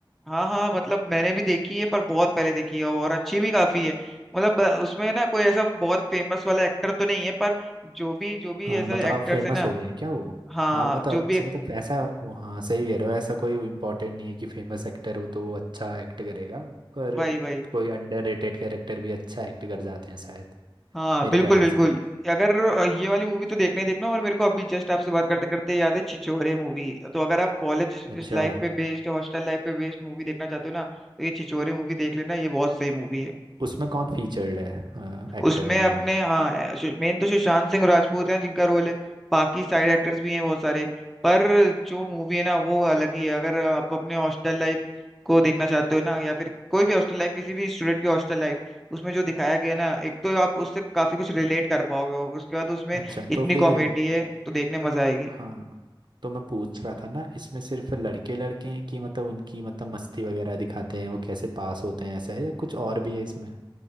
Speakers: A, in the centre; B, on the right.
A: हाँ हाँ मतलब मैंने भी देखी है पर बहुत पहले देखी है और अच्छी भी काफी है मतलब अ, उसमें ना कोई ऐसा बहुत फेमस वाला एक्टर तो नहीं है पर जो भी जो भी
B: हाँ
A: ऐसे
B: मतलब
A: एक्टर्स
B: अब फेमस
A: है ना
B: हो गए हैं क्या वो
A: हाँ
B: हाँ मतलब
A: जो
B: अच्छे
A: भी
B: मतलब ऐसा वो हाँ सही कह रहे हो ऐसा कोई इम्पोर्टेंट नहीं है कि फेमस एक्टर हो तो वो अच्छा एक्ट करेगा पर
A: वही वही
B: कोई अंडररेटेड कैरेक्टर भी अच्छा एक्ट कर जाते हैं शायद
A: हाँ
B: मेरे
A: बिल्कुल
B: ख्याल
A: बिल्कुल
B: से तो
A: अगर अ, ये वाली मूवी तो देखना ही देखना और मेरे को अभी जस्ट आपसे बात करते करते याद है छिछोरे मूवी तो अगर आप कॉलेज
B: अच्छा
A: लाइफ पे बेस्ड हॉस्टल लाइफ पे बेस्ड मूवी देखना चाहते हो ना तो ये छिछोरे मूवी देख लेना ये बहुत सही मूवी है
B: उसमें कौन फीचर्ड है एक्टर
A: उसमें
B: वगैरह
A: अपने हाँ मेन तो सुशांत सिंह राजपूत हैं जिनका रोल है बाकी साइड एक्टर्स भी हैं बहुत सारे पर जो मूवी है ना वो अलग ही है अगर आप अपने हॉस्टल लाइफ को देखना चाहते हो ना या फिर कोई भी हॉस्टल लाइफ किसी भी स्टूडेंट की हॉस्टल लाइफ उसमें जो दिखाया गया है ना एक तो आप उससे काफी कुछ रिलेट कर पाओगे और उसके बाद उसमें
B: अच्छा
A: इतनी
B: तो फिर
A: कॉमेडी है तो देखने मजा आएगी
B: हाँ तो मैं पूछ रहा था ना इसमें सिर्फ लड़के लड़के हैं कि मतलब उनकी मतलब मस्ती वगैरह दिखाते हैं वो कैसे पास होते हैं ऐसा है या कुछ और भी है इसमें